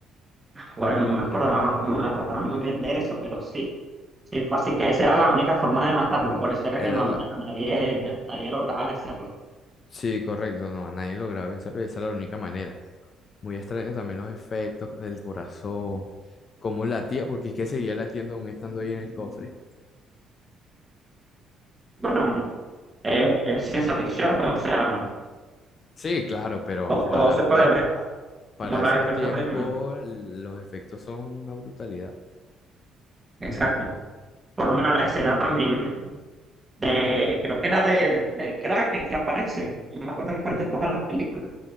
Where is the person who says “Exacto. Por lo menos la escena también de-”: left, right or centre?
Right